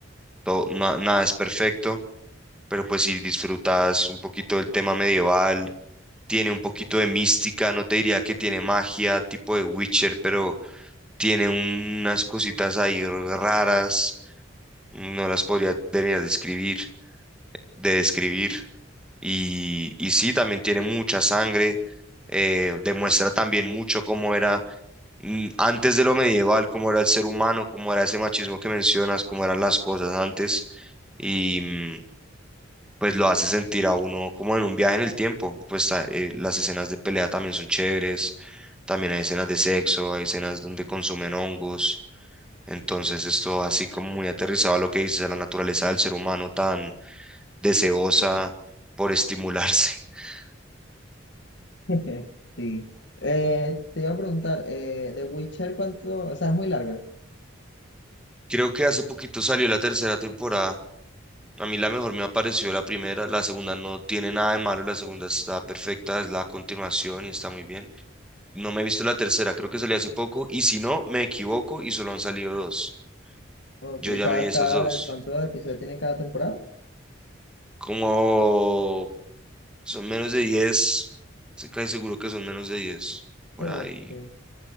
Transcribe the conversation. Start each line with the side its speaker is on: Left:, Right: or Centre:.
Centre: todo, na- nada es perfecto, pero pues si disfrutas un poquito del tema medieval, tiene un poquito de mística, no te diría que tiene magia, tipo de Witcher, pero tiene unas cositas ahí raras, no las podría terminar de describir de describir. Y, y sí, también tiene mucha sangre, eh, demuestra también mucho cómo era mm, antes de lo medieval, cómo era el ser humano, cómo era ese machismo que mencionas, cómo eran las cosas antes, y mm, pues lo hace sentir a uno como en un viaje en el tiempo. Pues a- eh, las escenas de pelea también son chéveres, también hay escenas de sexo, hay escenas donde consumen hongos. Entonces esto así como muy aterrizado a lo que dices, a la naturaleza del ser humano tan deseosa por estimularse. <laughs>
Left: <laughs> Sí. Eh, te iba a preguntar, eh, The Witcher cuánto, o sea, es muy larga.
Centre: Creo que hace poquito salió la tercera temporada. A mí la mejor me apareció la primera, la segunda no tiene nada de malo, la segunda está perfecta, es la continuación y está muy bien. No me he visto la tercera, creo que salió hace poco y si no, me equivoco y solo han salido dos.
Left: Okay.
Centre: Yo ya
Left: ¿Y cada,
Centre: me vi esas
Left: cada,
Centre: dos.
Left: cuántos episodios tiene cada temporada?
Centre: Como son menos de diez, estoy casi seguro que son menos de 10, por
Left: Ok.
Centre: ahí